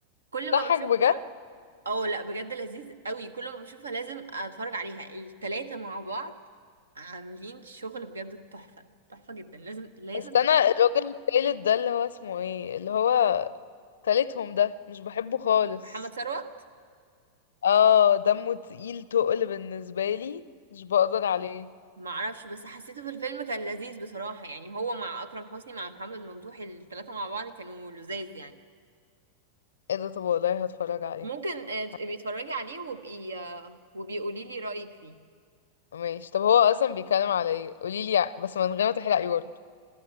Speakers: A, on the right; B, on the left.
A: كل
B: ضحك
A: ما بشوفها
B: بجد
A: اه لا بجد لذيذ قوي كل ما بشوفها لازم اتفرج عليها التلاتة مع بعض عاملين شغل بجد تحفة تحفة جدا لازم لازم
B: استنى الراجل التالت ده اللي هو اسمه ايه اللي هو تالتهم ده مش بحبه خالص
A: محمد ثروت
B: اه دمه تقيل تقل بالنسبة لي مش بقدر عليه
A: ما اعرفش بس حسيته في الفيلم كان لذيذ بصراحة يعني هو مع أكرم حسني مع محمد ممدوح الثلاثة مع بعض كانوا لذاذ يعني
B: ايه ده طب والله هتفرج عليه
A: ممكن آه، تبقي
B: ح-
A: اتفرجي عليه وبقي آه، وبقي قولي لي رأيك فيه
B: ماشي طب هو اصلا بيتكلم على ايه قوليلي ع- بس من غير ما تحرقي برضه